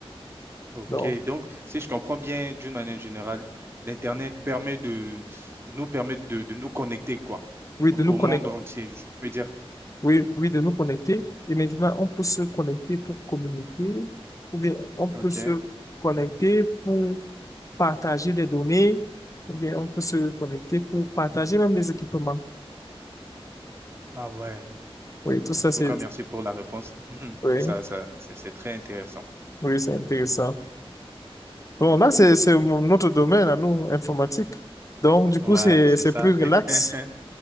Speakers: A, on the right; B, on the left.
A: ok.
B: Donc,
A: Donc, si je comprends bien, d'une manière générale, l'Internet permet de nous permet de, de nous connecter quoi,
B: oui,
A: au,
B: de
A: au
B: nous connecter.
A: monde entier, je peux dire.
B: Oui, oui, de nous connecter. Et maintenant, on peut se connecter pour communiquer, ou bien on peut
A: Ok.
B: se connecter pour partager des données, ou bien on peut se connecter pour partager même des équipements.
A: Ah ouais.
B: Oui, tout ça,
A: En
B: c'est,
A: tout cas, merci pour la réponse. <laughs>
B: oui,
A: Ça, ça, c'est c'est très intéressant.
B: oui, c'est intéressant. Bon, là, c'est, c'est mon- notre domaine à nous, informatique. Donc, du coup,
A: Ouais,
B: c'est,
A: c'est
B: c'est
A: ça.
B: plus relax.
A: <laughs>